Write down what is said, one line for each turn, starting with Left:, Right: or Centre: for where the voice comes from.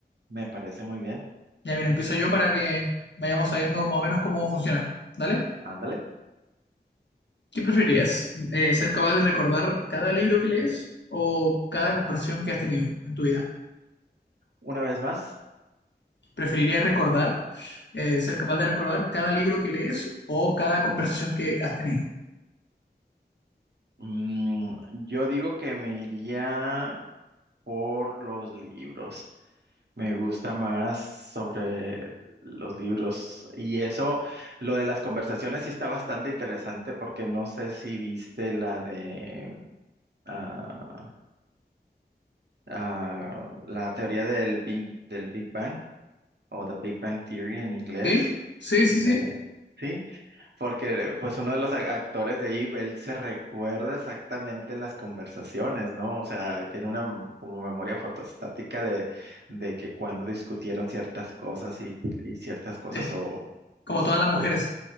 Right: Me parece muy bien.
Left: Ya, mira, empiezo yo para que vayamos sabiendo más o menos cómo funciona. ¿Dale?
Right: Ándale.
Left: ¿Qué preferirías? Eh, ¿ser capaz de recordar cada libro que lees o cada conversación que has tenido en tu vida?
Right: Una vez más,
Left: preferiría recordar, eh, ser capaz de recordar cada libro que lees o cada conversación que has tenido.
Right: mm, yo digo que me iría por los libros. Me gusta más sobre los libros. Y eso, lo de las conversaciones sí está bastante interesante porque no sé si viste la de ah, ah, la teoría del Big, del Big Bang. o The Big Bang Theory en inglés,
Left: ¿Sí? Sí, sí,
Right: de,
Left: sí.
Right: sí, porque pues uno de los a- actores de ahí, él se recuerda exactamente las conversaciones, ¿no? O sea, tiene una m- como memoria fotostática de, de que cuando discutieron ciertas cosas y, y ciertas cosas
Left: Eh,
Right: o...
Left: como
Right: es,
Left: todas las mujeres.
Right: Pues,